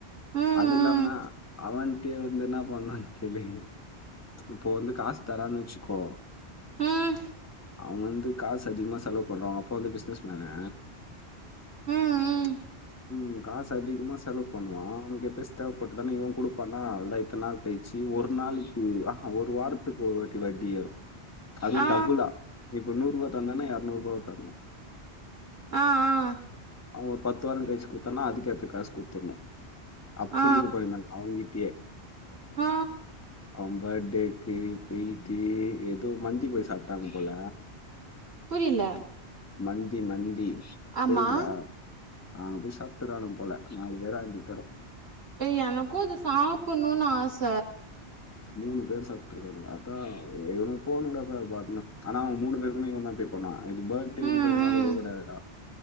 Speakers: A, on the right (about 70°); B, on the left (about 15°).
A: ம்
B: அது இல்லாம அவன்ட்டயு வந்து என்ன பண்ணானு கேளு இப்போ வந்து காசு தரான் வச்சுக்கோ
A: ம் ம்
B: அவ வந்து காசு அதிகமா செலவு பண்ணுவா அப்பா வந்து பிசினஸ் மேனு
A: ம் ம்
B: ம் காசு அதிகமா செலவு பண்ணுவா அவனுக்கு எப்பயு தேவைப்பட்டுதானா இவ குடுப்பானா அதா எத்தன நாள் கழிச்சு ஒரு நாள் ம் ஆஹா ஒரு வாரத்துக்கு ஒரு வாட்டி வட்டி ஏறு அதுவு
A: ஆ
B: டபுள்ளா இப்ப நூற் ரூபா தந்தானா எரநூற் ரூபா தரணு
A: ஆ ஆ
B: அவ ஒரு பத்து வாரோ கழிசு குடுத்தான்னா அதுக்கேத்த காசு குடுத்துர்ணு அப்படின்
A: ஆ
B: போயிருந்தாங்க அவங்கிட்டயே
A: ஆ
B: அவ பர்த்டேக்கு போய்ட்டு ஏதோ மந்தி போய் சாப்ட்டாங்க போல
A: புரில
B: நந்தி நந்தி
A: ஆமா
B: தெரியுங்ளா ஆ அது சாஃப்ட்டா தா ஆடுவா போல நாளைக்கு வேற எங்கிருக்காறோ
A: ஏ எனக்கு அது சாப்புணுனு ஆச
B: மூணு பேர் சாப்ட்ருக்கானுங்க அதா என் போலில அது அதா ஆனா மூணு ரெண்டு பேருக்குமே இவன்தா க்ளீயர் பண்ணா இது பர்த்டடேன்றதுனால
A: ம் ம்
B: கூட கெடயாதுடா